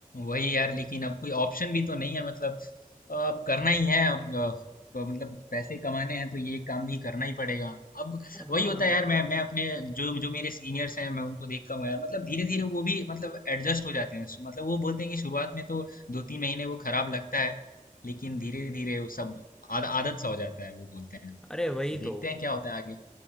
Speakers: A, on the left (about 85°); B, in the centre.
A: वही यार लेकिन अब कोई ऑप्शन भी तो नहीं है मतलब अब करना ही है अब अ, तो मतलब पैसे कमाने हैं तो ये काम भी करना ही पड़ेगा अब वही
B: हाँ
A: होता है यार मैं मैं अपने जो जो मेरे सीनियर्स हैं मैं उनको देखता हूँ यार मतलब धीरे धीरे वो भी मतलब एडजस्ट हो जाते हैं मतलब वो बोलते हैं कि शुरुआत में तो दो तीन महीने वो खराब लगता है लेकिन धीरे धीरे वो सब आद, आदत सा हो जाता है वो बोलते हैं
B: अरे वही
A: तो
B: तो
A: देखते हैं क्या होता है आगे